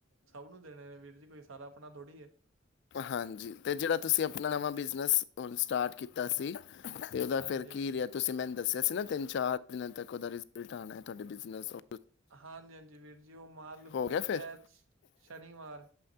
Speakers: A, on the right; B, on the left.
A: ਸਭ ਨੂੰ ਦੇਣੇ ਨੇ ਵੀਰ ਜੀ ਕੋਈ ਸਾਰਾ ਆਪਣਾ ਥੋੜ੍ਹੀ ਹੈ
B: ਹਾਂਜੀ ਤੇ ਜੇੜ੍ਹਾ ਤੁਸੀਂ ਅਪਣਾ ਨਵਾਂ ਬਿਜਨਸ ਹੁਣ ਸਟਾਰਟ ਕੀਤਾ ਸੀ। ਤੇ ਔਦਾ
A: ਹਾਂਜੀ-ਹਾਂਜੀ
B: ਫੇਰ ਕੀ ਰਿਆ? ਤੁਸੀਂ ਮੈਨੂੰ ਦੱਸਿਆ ਸੀ ਨਾ ਤਿੰਨ ਚਾਰ ਏਕ ਓਦਾ ਰਿਜ਼ਲਟ ਆਣੈ ਤੁਹਾਡੇ ਬਿਜ਼ਨਸ ਔ
A: ਹਾਂਜੀ ਹਾਂਜੀ ਵੀਰ ਜੀ, ਓਹ ਮਾਲ ਪਹੁੰਚਿਐ
B: ਹੋ ਗਿਆ ਫਿਰ
A: ਸ਼ਨੀਵਾਰ